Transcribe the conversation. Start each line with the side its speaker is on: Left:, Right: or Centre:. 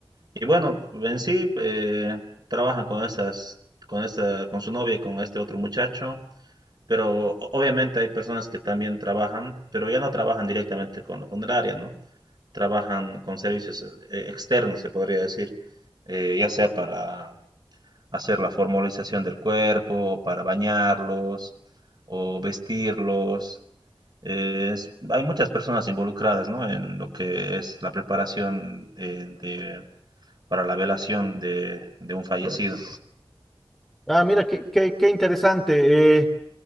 Right: Y bueno, en sí eh, trabajan con estas, con esta, con su novia y con este otro muchacho. Pero o- obviamente hay personas que también trabajan, pero ya no trabajan directamente con la funeraria, ¿no? trabajan con servicios eh, externos, se podría decir, eh, ya sea para hacer la formalización del cuerpo, para bañarlos o vestirlos. Eh, Es- hay muchas personas involucradas, ¿no? en lo que es la preparación eh, de- para la velación de, de un fallecido.
Centre: Ah, mira, qué, qué, qué interesante. eh,